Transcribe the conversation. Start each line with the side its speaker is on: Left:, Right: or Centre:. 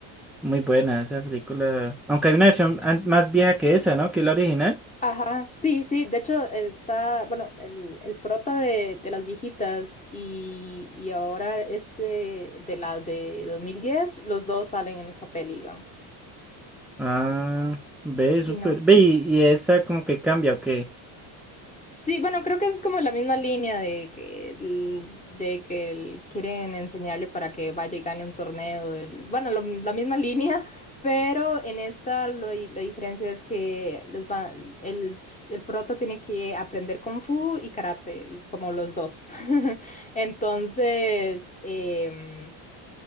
Centre: muy buena, esa película. Aunque hay una versión an- más vieja que esa, ¿no? Que es la original.
Left: Ajá, sí, sí, de hecho eh, está, bueno, el, el prota de, de las viejitas y, y ahora este de la de 2010, los dos salen en esta peli, digamos.
Centre: Ah, ve, súper.
Left: Sí, no,
Centre: Ve, y, y esta como que cambia, ¿ok?
Left: Sí, bueno, creo que es como la misma línea de que, el- de que el- quieren enseñarle para que vaya y gane un torneo. del- bueno, lo- la misma <laughs> línea, pero en esta lo- la diferencia es que los va- el, el prota tiene que aprender Kung Fu y Karate, como los dos. <laughs> Entonces, em,